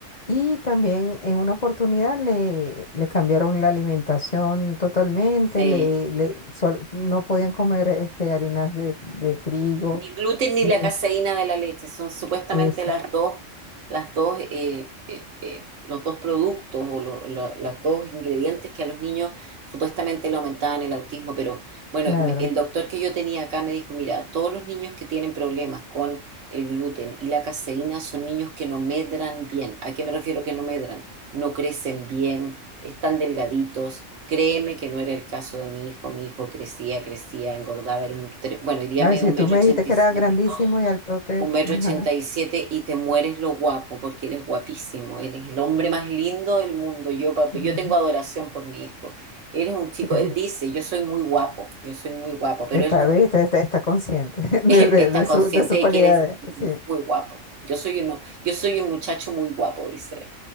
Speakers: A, on the left; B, on the right.
A: Y también en una oportunidad le, le cambiaron la alimentación totalmente,
B: Sí.
A: le, le- sol- no podían comer este, harinas de, de trigo,
B: Ni gluten ni
A: ni
B: la caseína de la leche son supuestamente
A: ese,
B: las dos, las dos, eh, eh, eh, los dos productos o lo- la- los dos ingredientes que a los niños supuestamente le aumentaban el autismo. Pero bueno,
A: claro.
B: m- el doctor que yo tenía acá me dijo, mira, todos los niños que tienen problemas con el gluten y la caseína son niños que no medran bien. ¿A qué me refiero que no medran? No crecen bien, están delgaditos. Créeme que no era el caso de mi hijo. Mi hijo crecía, crecía, engordaba. Era un tre- bueno, hoy día
A: Ay,
B: me
A: si
B: un
A: tú
B: metro
A: me
B: ochenta
A: dijiste que
B: y siete.
A: era grandísimo
B: <gasps> ¡Ah!
A: y altote,
B: Un metro
A: ajá.
B: ochenta y siete y te mueres lo guapo porque él es guapísimo. Él es el hombre más lindo del mundo. Yo, pa-
A: mm,
B: yo tengo adoración por mi hijo. Él es un chico,
A: sí.
B: él dice, yo soy muy guapo, yo soy muy guapo, pero
A: Está,
B: él es un
A: ¿viste? Está, está consciente <laughs>
B: <laughs>
A: de,
B: está
A: de, de
B: consciente
A: su, de sus
B: de
A: cualidades,
B: que él es muy,
A: sí,
B: muy guapo. Yo soy uno, yo soy un muchacho muy guapo, dice él.